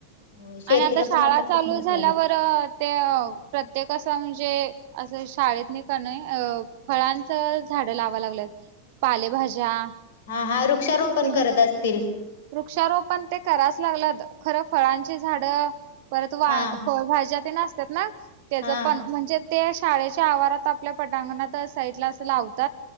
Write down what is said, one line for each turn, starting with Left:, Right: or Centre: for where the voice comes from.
Left: हो शेतीला
Right: आणि आता शाळा
Left: पण
Right: चालू
Left: खूप महत्त्व
Right: झाल्यावर
Left: आलंय
Right: ते प्रत्येका असं म्हणजे. असं शाळेत नाही क नी अ फळांचं झाडं लावा लागलेत. पालेभाज्या.
Left: हा हा वृक्षारोपण
Right: ते
Left: करत असतील.
Right: वृक्षारोपण ते कराच लागल्यात, खरं फळांची झाड. परत वा
Left: हा
Right: फळभाज्या तेन असतात ना त्याच
Left: हा
Right: पण म्हणजे ते शाळेच्या आवारात आपल्या पटांगणात साईडला अस लावत